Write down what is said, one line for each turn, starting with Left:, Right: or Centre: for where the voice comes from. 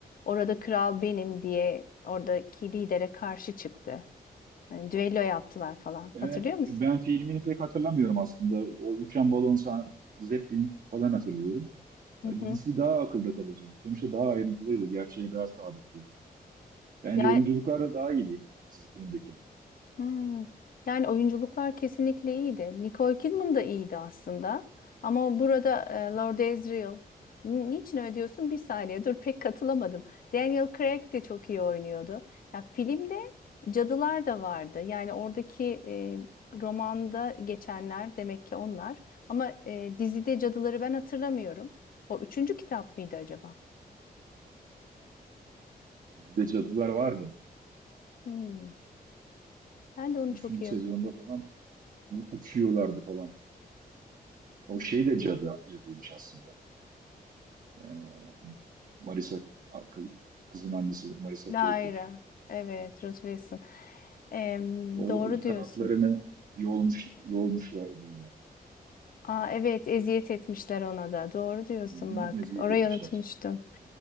Left: Orada kral benim diye oradaki lidere karşı çıktı. Yani düello yaptılar falan.
Right: Ben,
Left: Hatırlıyor musun?
Right: ben filmini pek hatırlamıyorum aslında. O uçan balon sahn- Zeppelin falan hatırlıyorum.
Left: Hı
Right: Ya
Left: hı.
Right: dizisi daha akılda kalıcıydı. Sonuçta daha ayrıntılıydı. Gerçeğe daha sadıktı. Bence
Left: Ya
Right: oyunculuklar da daha iyiydi yani dizi filmdeki.
Left: Hmm. Yani oyunculuklar kesinlikle iyiydi. Nicole Kidman da iyiydi aslında. Ama burada e, Lord Asriel N- niçin öyle diyorsun? Bir saniye dur pek katılamadım. Daniel Craig de çok iyi oynuyordu. Ya filmde cadılar da vardı. Yani oradaki e, romanda geçenler demek ki onlar. Ama e, dizide cadıları ben hatırlamıyorum. O üçüncü kitap mıydı acaba?
Right: Dizide cadılar vardı.
Left: Hmm. Ben de onu
Right: Üçüncü
Left: çok iyi
Right: sezonda
Left: hatırlamıyorum.
Right: falan u- uçuyorlardı falan. O şey de cadı, cadıymış aslında. Ee, Marisa kızın annesi Marisa
Left: Lyra.
Right: Coulter.
Left: Evet, Ruth Wilson. Em,
Right: O
Left: doğru diyorsun.
Right: kanatlarını yolmuş yolmuşlar böyle.
Left: Aa, evet, eziyet etmişler ona da. Doğru diyorsun
Right: Hı hı,
Left: bak.
Right: Eziyet
Left: Orayı
Right: etmişler.
Left: unutmuştum.